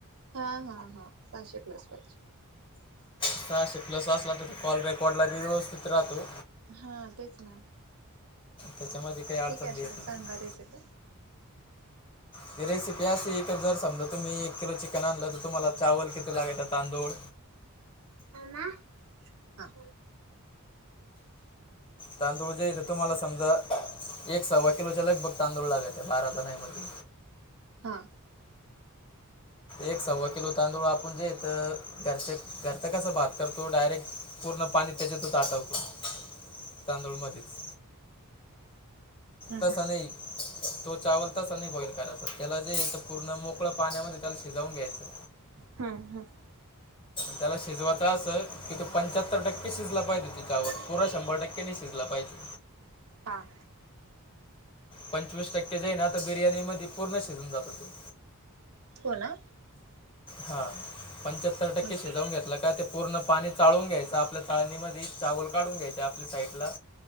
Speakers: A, on the right (about 70°); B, on the left (about 25°).
A: हा हा हा, सहाशे प्लस पाहिजे.
B: सहाशे प्लस असला त तर कॉल रेकॉर्डला व्यवस्थित राहतो.
A: हा तेच ना,
B: त्याच्यामध्ये काही अडचण
A: ठीक आहे असूद्या
B: बी येत नाही
A: सांगा रेसिपी.
B: ती रेसिपी अशी एक जर समजा तुम्ही एक किलो चिकन आणलं तर तुम्हाला चावल किती लागायं तांदूळ.
A: हां.
B: तांदूळ जे इथं तुम्हाला समजा, एक सव्वा किलोच्या लगबग तांदूळ लागत हाय बारा जणांच्या मधी.
A: हा.
B: एक सव्वा किलो तांदूळ आपण जेथं चारशे घरचा कस भात करतो, डायरेक्ट पूर्ण पाणी त्याच्यातच आठवतो. तांदूळ मध्येच.
A: हम्म
B: तसा नाही तो चावल तसं नाही बॉईल करायचं त्याला जे तर पूर्ण मोकळं पाण्यामध्ये त्याला शिजवून घ्यायचं.
A: हम्म हम्म.
B: त्याला शिजवायचां असं की तू पंच्याहत्तर टक्के शिजला पाहिजे.
A: हम्म
B: चावल पुरा शंभर टक्के नाय शिजला पाहिजे.
A: हा.
B: पंचवीस टक्के जाई ना आता बिर्याणी मध्ये पूर्ण शिजून जात ते.
A: हो ना?
B: हा पंच्याहत्तर टक्के
A: म्हणजे
B: शिजवून घेतलं का, ते पूर्ण पाणी चाळून घ्यायचं. आपल्या चाळणीमधी चावल काढून घ्यायचे आपल्या साईटला.